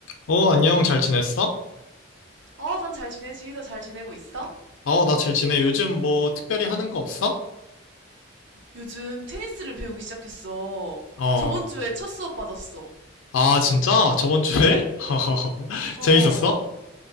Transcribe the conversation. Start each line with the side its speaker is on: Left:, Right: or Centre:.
Left: 어, 안녕, 잘 지냈어?
Right: 어, 난 잘 지내지. 너 잘 지내고 있어?
Left: 어, 나 잘 지내. 요즘 뭐 특별히 하는 거 없어?
Right: 요즘 테니스를 배우기 시작했어.
Left: 어,
Right: 저번 주에 첫 수업 받았어.
Left: 아, 진짜? 저번 주에? <laughs>
Right: 어.
Left: 재밌었어?